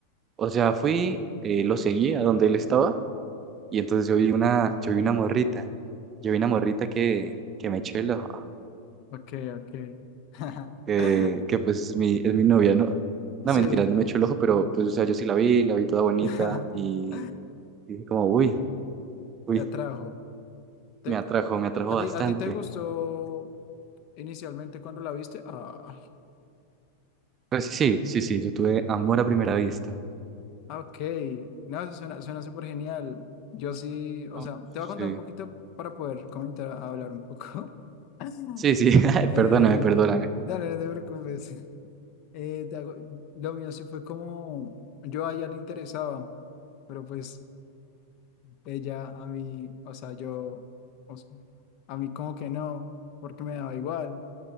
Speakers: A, on the right; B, on the left.
A: o sea, fui, eh, lo seguí a donde él estaba y entonces yo vi una, yo vi una morrita, yo vi una morrita que, que me echó el ojo.
B: Ok, ok. <laughs>
A: que, que pues es mi, es mi novia, ¿no? No,
B: Sí,
A: mentiras, no me echó el ojo, pero pues, o sea, yo sí la vi, la vi toda bonita
B: <laughs>
A: y y dije como, uy, uy,
B: te atrajo. Te-
A: me atrajo, me atrajo
B: a
A: bastante.
B: ti, ¿A ti te gustó inicialmente cuando la viste? Ah,
A: Pero sí, sí, sí, sí, yo tuve amor a primera vista.
B: ah, ok, no, eso suena, suena súper genial. Yo sí, o
A: Oh,
B: sea, te
A: Sí,
B: voy a contar un poquito para poder comentar, hablar un poco. <laughs>
A: sí, sí, <laughs> ay,
B: Eh,
A: perdóname, perdóname.
B: dale, no te preocupes. Eh, de algo- lo mío sí fue como yo a ella le interesaba, pero pues ella a mí, o sea, yo, o sea, a mí como que no, porque me daba igual.